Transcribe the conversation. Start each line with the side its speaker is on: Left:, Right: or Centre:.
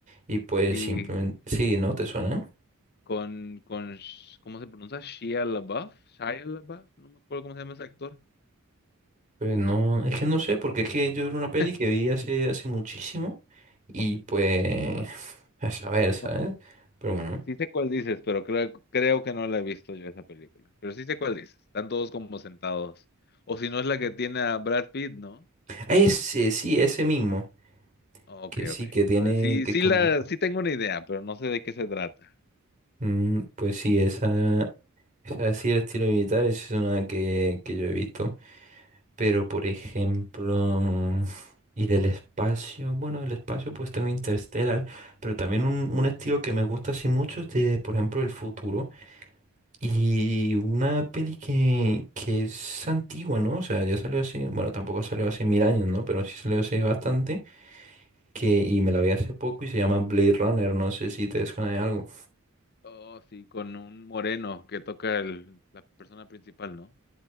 Right: y pues
Left: Y
Right: simplemente... Sí, ¿no? ¿Te suena?
Left: con, con, Sh- ¿cómo se pronuncia? Shia LaBeouf, Shia LaBeouf, no me acuerdo cómo se llama ese actor
Right: Pues no, es que no sé, porque
Left: No,
Right: es que
Left: no
Right: yo
Left: conozco.
Right: era una peli que vi hace, hace muchísimo y pues... <laughs> A saber, ¿sabes?
Left: No,
Right: Pero bueno.
Left: sí sé cuál dices, pero creo, creo que no la he visto yo esa película. Pero sí sé cuál dices. Están todos como sentados. O si no es la que tiene a Brad Pitt, ¿no?
Right: Ah, Ese, sí, ese mismo.
Left: Ok,
Right: Que sí,
Left: ok.
Right: que tiene...
Left: Entonces sí,
Right: que
Left: sí
Right: es como...
Left: la, sí tengo una idea, pero no sé de qué se trata.
Right: Mm, pues sí, esa, Así el estilo militar es una que, que yo he visto. Pero por ejemplo, mm, y del espacio, bueno, del espacio pues tengo Interstellar, pero también un, un estilo que me gusta así mucho es de, por ejemplo, el futuro. Y una peli que, que es antigua, ¿no? O sea, ya salió hace, bueno, tampoco salió hace mil años, ¿no? Pero sí salió hace bastante, que, y me la vi hace poco y se llama Blade Runner, no sé si te suena de algo.
Left: Oh, sí, con un moreno que toca el, la persona principal, ¿no?